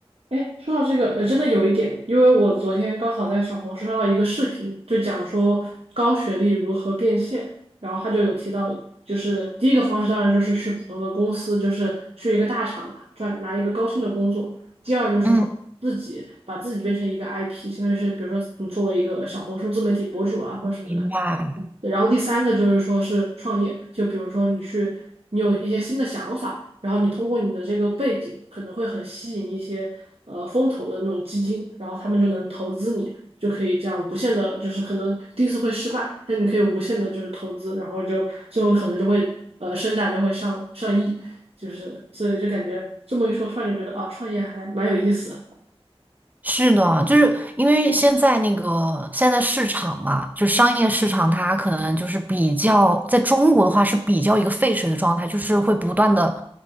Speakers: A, on the right; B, on the right.
A: 哎，说到这个，呃，真的有一点，因为我昨天刚好在小红书刷到一个视频，就讲说高学历如何变现，然后他就有提到，就是第一个方式当然就是去普通的公司，就是去一个大厂嘛，赚拿一个高薪的工作；第二就是说自己把自己变成一个
B: 嗯，
A: IP，相当于是比如说你作为一个小红书自媒体博主啊或者什么的，
B: 明白。
A: 对然后第三个就是说是创业，就比如说你去，你有一些新的想法，然后你通过你的这个背景，可能会很吸引一些呃风投的那种基金，然后他们就能投资你，就可以这样无限的，就是可能第一次会失败，但你可以无限的就是投资，然后就最后可能就会呃身价就会上上亿，就是所以就感觉这么一说，突然就觉得啊，创业还蛮有意思的。
B: 是的，就是因为现在那个现在的市场嘛，就是商业市场，它可能就是比较在中国的话是比较一个沸水的状态，就是会不断的